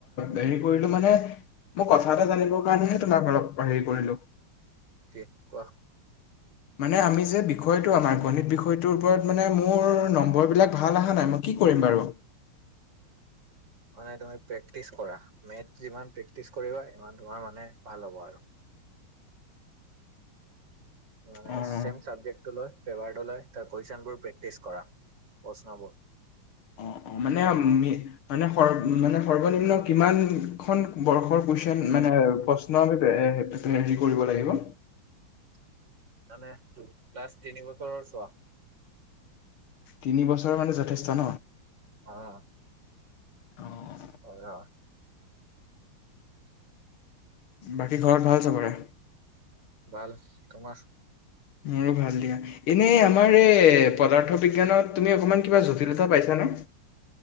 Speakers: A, on the left; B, on the right.
A: হেৰি কৰিলো মানে মোৰ কথা এটা জানিবৰ কাৰণেহে তোমাক অলপ হেৰি কৰিলো
B: কি কোৱা
A: মানে আমি যে বিষয় আমাৰ গণিত বিষয় মে মোৰ নম্বৰ বিলাক ভাল অহা নাই ম কি কৰিম বাৰু
B: <unintelligible> মানে তুমি প্ৰেক্টিছ কৰা মেটছ যিমান প্ৰেক্টিচ কৰিবা ইমান তোমাৰ মানে ভাল হ'ব আৰু মানে
A: অ'
B: ছেম চাবজেক্টটো লয় পেপাৰটো লৈ কুৱেশ্যন বোৰ প্ৰেক্টিচ কৰা প্ৰশ্নবোৰ
A: অ অ
B: এতিয়া
A: মানে
B: তোমাৰ
A: মানে স মানে সৰ্বনিম্ন কিমানখন বৰ্ষৰ কুৱেশ্যন মানে প্ৰশ্ন আমি কৰিব লাগিব
B: <unintelligible> মানে লাষ্ট তিনি বছৰৰ চোৱা
A: তিনি বছৰ মানে যথেষ্ট ন
B: অ
A: অ'
B: হয়
A: বাকী ঘৰত ভাল চাবৰে
B: ভাল তোমাৰ
A: মোৰো ভাল দিয়া এনে আমাৰ এই পদাৰ্থ বিজ্ঞানত তুমি অকমান কিবা জটিলতা পাইছা ন ন ন